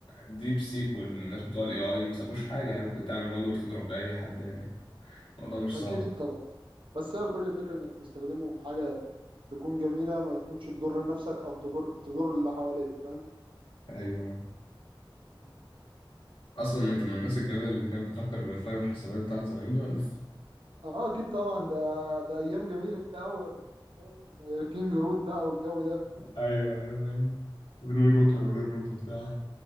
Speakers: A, on the left; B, on the right.
A: ديب سيك والناس بتوع الاي اي ما سابوش حاجه يعني ممكن تعمل مالور تضرب باي حد يعني الموضوع مش
B: اكيد
A: صعب
B: طبعا بس هي كل الفكره انك تستخدمه في حاجه تكون جميله ما تكونش تضر نفسك او تضر تضر اللي حواليك فاهم
A: ايوه
B: مم.
A: اصلا انت من الناس الجميله اللي كانت بتهكر الواي فاي والحسابات بتاعت زمان دي ولا
B: اه اكيد طبعا ده ده ايام جميله قوي كينج رود بقى والجو ده
A: ايوه ايوه ايوه من غير روتو
B: لا
A: من
B: كنت
A: غير روتو بتاع